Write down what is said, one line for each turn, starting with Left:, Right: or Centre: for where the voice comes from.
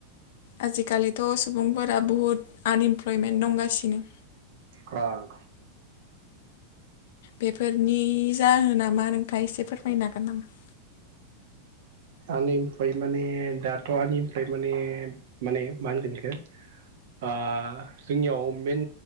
Left: आजिखालिथ' सुबुंफोरा बुहुद आनइमप्लयमेन्ट दंगासिनो।
Right: औ
Left: बेफोरनि जाहोनामा नोंथाङा एसे फोरमायनो हागोन नामा? <inaudible>
Right: आनइमप्लय माने दाथ' आनइमप्लय माने माने मा होनगोन यखो? ओ जोंनियाव मेन